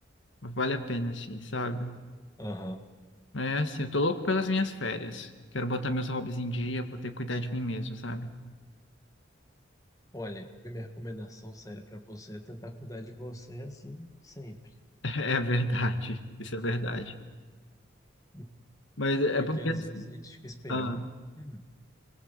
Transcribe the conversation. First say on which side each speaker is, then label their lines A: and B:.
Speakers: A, on the left; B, on the left.
A: Mas vale a pena, assim, sabe?
B: aham.
A: É assim, eu tô louco pelas minhas férias. Quero botar meus hobbies em dia, vou ter que cuidar de mim mesmo, sabe?
B: Olha, a minha recomendação séria para você é tentar cuidar de você assim sempre.
A: <laughs> É verdade, isso é verdade.
B: <laughs>
A: Mas é
B: Porque
A: porque,
B: às
A: assim,
B: vezes a gente fica esperando.
A: ah,
B: Hum.